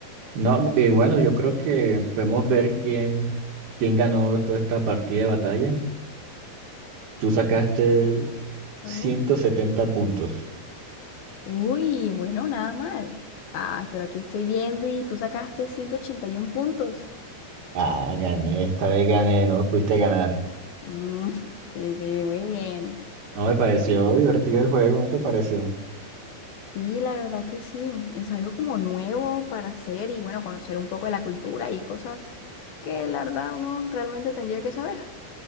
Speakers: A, on the right; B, on the left.
A: No, y bueno, yo creo que podemos ver quién, quién ganó toda esta partida de batalla. Tú sacaste
B: Mm, A
A: 170
B: ver.
A: puntos.
B: Uy, bueno, nada mal. Ah, pero aquí estoy viendo y tú sacaste 181 puntos.
A: Ah, gané, esta vez gané, no me pudiste ganar.
B: Mm, <laughs> sí, sí, muy bien.
A: No me pareció divertido el juego, ¿no te pareció?
B: Sí, la verdad que sí. Es algo como nuevo para hacer y bueno, conocer un poco de la cultura y cosas que la verdad uno realmente tendría que saber.